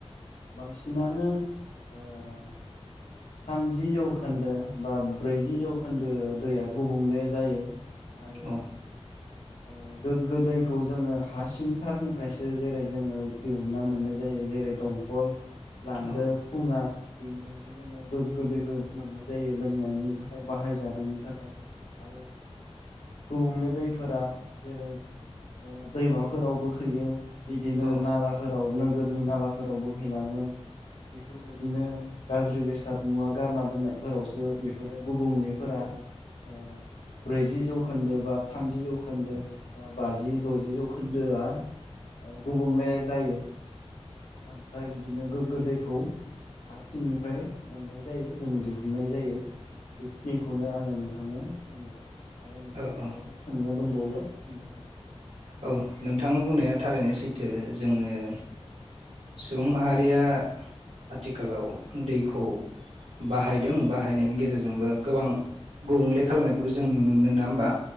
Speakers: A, on the left; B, on the right.
A: बांसिनानो ओ। थामजि जौखोन्दो बा ब्रैजि जौखोन्दो दैया गुबुंले जायो। आरो।
B: औ
A: ओ गोग्गो दैखौ जोङो। हा सिंथारनिफ्रायसो जेरै जोङो दिहुनना मोननाय जायो जेरै दंखल। लानदो
B: औ
A: खुङा। बेनिफ्रायसो जोङो। गोगो दैखो मोननाय। जायो लोंनायनि थाखाय बाहाय। जानायनि थाखाय आरो। गुबुंले दैफोरा जेरै ओ दैमाफोरावबो हैयो। बिदिनो
B: औ
A: नालाफोराव नों। नोगोरनि नालाफोराव बोहैलाङो। बेफोरबायदिनो। गाज्रि बेसाद। मुवा गारना दोननायफोरावसो बेफोरो गुबुंलेफोरा ओ ब्रैजि जौखोन्दो बा थामजि जौखोन्दो बा बाजि दजि जौखोन्दोआ। ओ गुबुंले जायो। ओमफ्राय बिदि। बिदिनो गोग्गो दैखौ हा सिंनिफ्राय। मोननाय जायो जों दिहुननाय जायो बेखिनिखौनो आङो नोंथांनो फोरमायबाय। आरो नोंथाङा
B: औ
A: माबाफोर
B: औ
A: सोंनो दंबावो सोंनो हागोन।
B: औ नोंथां बुंनाया थारैनो सैथो जोङो सुबुं माहारिया आथिखालाव दैखौ बाहायदों बाहायनायनि गेजेरजोंबो गोबां गुबुंले खालामनायखौबो जों नुनो मोनो। नोङा होमबा।